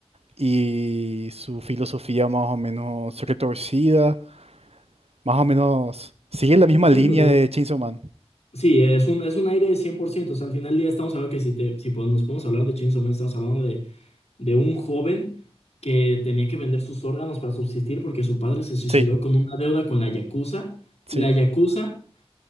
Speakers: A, on the right; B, on the left.
A: y su filosofía más o menos retorcida, más o menos sigue la misma
B: Sí,
A: línea
B: como.
A: de Chainsaw Man.
B: Sí, es un, es un aire de cien por ciento O sea, al final del día estamos hablando que si, te, si podemos- nos podemos hablar de Chainsaw Man, estamos hablando de, de un joven que tenía que vender sus órganos para subsistir porque su padre se suicidó
A: Sí,
B: con una deuda con la Yakuza.
A: sí,
B: La Yakuza